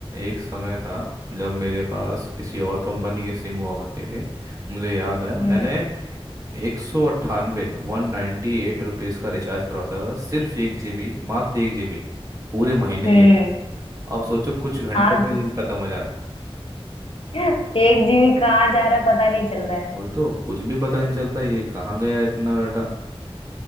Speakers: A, on the right (about 35°); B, on the left (about 60°).
A: एक समय था जब मेरे पास किसी और कंपनी के सिम हुआ करते थे मुझे याद है
B: हम्म
A: मैंने एक सौ अट्ठानवे वन नाइन्टी एट रुपीज़ का रिचार्ज करवाता था सिर्फ एक जीबी मात्र एक जीबी पूरे महीने
B: हम्म
A: के लिए अब सोचो कुछ घंटों
B: आज
A: में ही खत्म हो जाता है
B: <laughs> एक जीबी कहाँ जा रहा है पता नहीं चल रहा है
A: वही तो कुछ भी पता नहीं चलता ये कहाँ गया इतना डाटा